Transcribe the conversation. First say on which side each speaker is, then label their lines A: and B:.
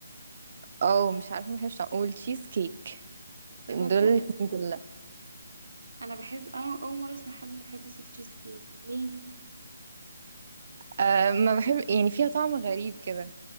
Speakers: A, on the right; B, on the right.
A: او مش عارفه مش هقول تشيز كيك
B: ايه
A: دول
B: ده بجد
A: الاتنين دول لا
B: انا بحس انا اول مرة اسمع حد ما بيحبش التشيز كيك ليه
A: أه ما بحب يعني فيها طعم غريب كده